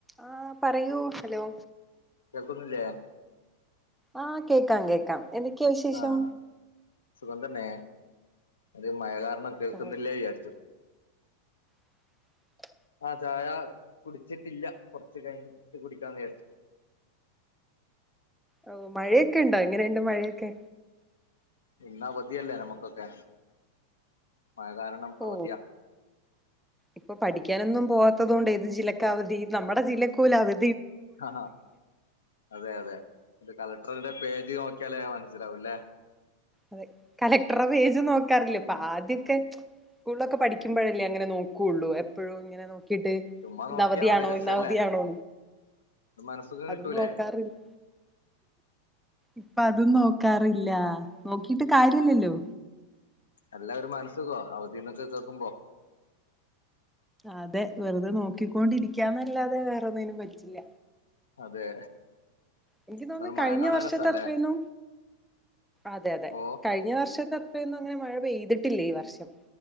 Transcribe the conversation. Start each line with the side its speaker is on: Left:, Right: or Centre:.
Centre: ആ പറയൂ ഹലോ
Left: കേക്കുന്നില്ലേ
Centre: ആഹ കേക്കാം കേക്കാം എന്തൊക്കെയാ വിശേഷം
Left: ആഹ് സുഖം തന്നെ അത് മഴ കാരണം കേൾക്കുന്നില്ലേ
Centre: ഓ
Left: വിചാരിച്ചു
Centre: ഉ
Left: ആ ചായ കുടിച്ചിട്ടില്ല കുറച്ച് കഴിഞ്ഞിട്ട് കുടിക്കാന്ന് വിചാരിച്ചു
Centre: ഓ മഴയൊക്കെ ഉണ്ടോ എങ്ങനെയുണ്ട് മഴയൊക്കെ
Left: ഇന്നവതിയല്ലേ നമുക്കൊക്കെ മഴ കാരണം
Centre: ഓ
Left: അവധിയാ
Centre: ഇപ്പൊ പഠിക്കാനൊന്നും പോവാ ത്തൊണ്ട് ഏത് ജില്ലക്ക് അവധി നമ്മുടെ ജില്ല പോല അവി
Left: ആ അതെ അതെ കല അന്റെ പേജ് നോക്കിയാലേ മനസ്സിലാവൂല്ലേ
Centre: അതെ കളക്ടറ പേജ് നോക്കാറില്ല അപ്പൊ ആദ്യമൊക്കെ സ്കൂളിലൊക്കെ പഠിക്കുമ്പോഴല്ലേ അങ്ങനെ നോക്കുള്ളൂ എപ്പോഴും ഇങ്ങെ നോ കിട്ട്
Left: ചുമ്മാ
Centre: ഇന്ന്
Left: നോക്കിയാ
Centre: അവധിയ
Left: മതി
Centre: ആണോ
Left: രസല്ലേ
Centre: ഇന്ന അവധിയാണോ
Left: ഒരു മനസ്സുഖം
Centre: അതും
Left: കിട്ടൂലേ
Centre: നോക്കാറില്ല ഇപ്പൊ അതും നോക്കാറില്ല നോക്കിട്ട് കാര്യില്ലല്ലോ
Left: എല്ലാവരും മന സുഖ അവധിന്നൊക്കെ കേക്കുമ്പോ
Centre: അതെ വെറുതെ നോക്കിക്കൊണ്ടിരിക്കാന്നല്ലാതെ വേറൊന്നിനും പറ്റില്ല
Left: അതെ..
Centre: എനിക്ക്
Left: എന്നാലും
Centre: തോന്നുന്നു
Left: മഴ
Centre: കഴിഞ്ഞ
Left: കാണാൻ
Centre: വർഷത്തെ
Left: രസാല്ലേ
Centre: അത്രന്ന. അതെ അതെ
Left: ഓ
Centre: കഴിഞ്ഞ വർഷത്തെ ഇത്രൊന്നും അങ്ങനെ മഴ പെയ്തിട്ടില്ലേ ഈ വർഷം